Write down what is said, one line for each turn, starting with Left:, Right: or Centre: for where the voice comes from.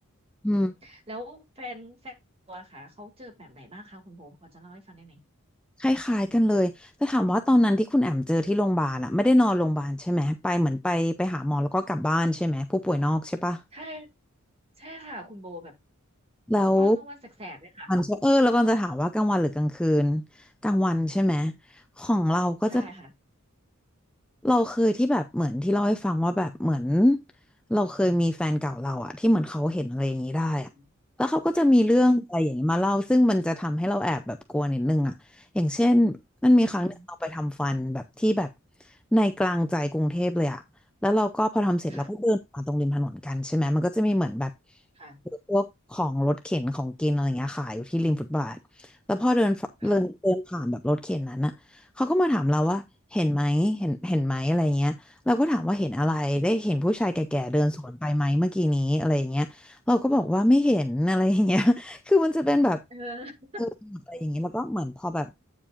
Right: อืมแล้วแฟนแฟนตัวค่ะเขาเจอแบบไหนบ้างคะคุณโบพอจะเล่าให้ฟังได้ไหม
Centre: อืม คล้ายๆ กันเลยแต่ถามว่าตอนนั้นที่คุณแอมเจอที่โรงพยาบาลอะไม่ได้นอนโรงพยาบาลใช่ไหมไปเหมือนไปไปหาหมอแล้วก็กลับบ้านใช่ไหมผู้ป่วยนอกใช่ปะ
Right: ใช่ใช่ค่ะคุณโบแบบ
Centre: แล้ว
Right: ตอนกลางวันแสกๆเลยค่ะ
Centre: มันจะเออแล้วก็จะถามว่ากลางวันหรือกลางคืนกลางวันใช่ไหมของเราก็จะ
Right: ใช่ค่ะ
Centre: เราเคยที่แบบเหมือนที่เล่าให้ฟังว่าแบบเหมือนเราเคยมีแฟนเก่าเราอะที่เหมือนเขาเห็นอะไรอย่างนี้ได้อะแล้วเขาก็จะมีเรื่องอะไรอย่างนี้มาเล่าซึ่งมันจะทำให้เราแอบแบบกลัวนิดนึงอะอย่างเช่นมันมีครั้งหนึ่งเราไปทำฟันแบบที่แบบ
Right: อืมค่ะอืม
Centre: ในกลางใจกรุงเทพเลยอะแล้วเราก็พอทำเสร็จเราก็เดินมาตรงริมถนนกันใช่ไหมมันก็จะมีเหมือนแบบ
Right: ค่ะค่ะ
Centre: พวกของรถเข็นของกินอะไรอย่างเงี้ยขายอยู่ที่ริมฟุตบาทแล้วพอเดินฟเดินเดินผ่านแบบรถเข็นนั้นอะ
Right: ค่ะ
Centre: เขาก็มาถามเราว่าเห็นไหมเห็นเห็นไหมอะไรเงี้ยเราก็ถามว่าเห็นอะไรได้เห็นผู้ชายแก่ๆเดินสวนไปไหมเมื่อกี้นี้อะไรอย่างเงี้ยเราก็บอกว่าไม่เห็นอะไรอย่างเงี้ย <laughs> คือมันจะเป็นแบบ
Right: เออ
Centre: เอออะไรอย่างเงี้ยแล้วก็เหมือนพอแบบ